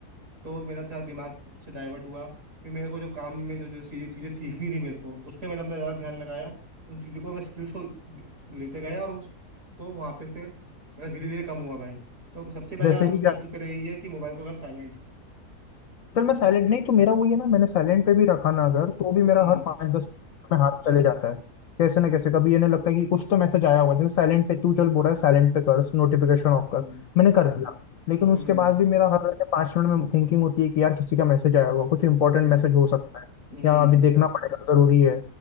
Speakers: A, on the right; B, on the left.
A: तो मेरा था दिमाग से डाइवर्ट हुआ फिर मेरे को जो काम में जो जो सी- चीजें सीखनी थी मेरे को उस पर मैंने अपना ज्यादा ध्यान लगाया तो उन चीजों को मैं स्किल्स को द- लेते गया और उसको वहां पे से मेरा धीरे धीरे कम हुआ भाई तो सबसे पहला
B: जैसे कि
A: स्टेप
B: क्या
A: तो तेरा यही है कि मोबाइल को अगर साइलेंट
B: फिर मैं साइलेंट नहीं तो मेरा वही है ना मैंने साइलेंट पे भी रखा ना अगर तो भी मेरा
A: हम्म
B: हर पाँच दस मिनट में हाथ चले जाता है कैसे ना कैसे कभी ये नहीं लगता है कि कुछ तो मैसेज आया होगा जैसे साइलेंट पे तू चल बोल रहा है साइलेंट पे कर नोटिफिकेशन ऑफ
A: हम्म
B: कर मैंने कर दिया लेकिन
A: हम्म
B: उसके बाद भी मेरा हर पाँच मिनट में थिंकिंग होती है कि यार किसी का मैसेज आया होगा कुछ इंपॉर्टेंट
A: हम्म।
B: मैसेज हो सकता है
A: हम्म
B: या अभी देखना पड़ेगा जरूरी है